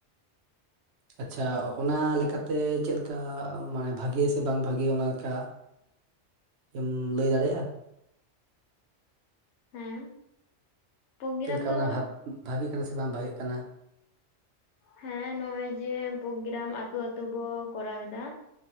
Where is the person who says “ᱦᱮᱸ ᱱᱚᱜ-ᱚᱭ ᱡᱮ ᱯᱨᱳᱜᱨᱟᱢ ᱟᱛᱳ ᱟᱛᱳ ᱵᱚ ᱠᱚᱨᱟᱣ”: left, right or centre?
Left